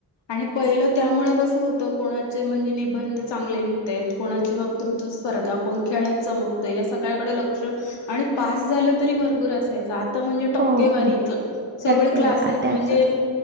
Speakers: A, on the left; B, on the right.
A: आणि पहिलं त्यामुळे कसं होतं कोणाचे म्हणजे निबंध चांगले लिहित आहेत. कोणाची वक्तृत्व स्पर्धा कोण खेळात चमकतो या सगळ्याकडे लक्ष आणि पास झालं तरी भरपूर असायचं आ म्हणजे टक्केवारी
B: हो हो
A: सगळे
B: टक्केवारी
A: क्लासेस
B: आ त्याच
A: म्हणजे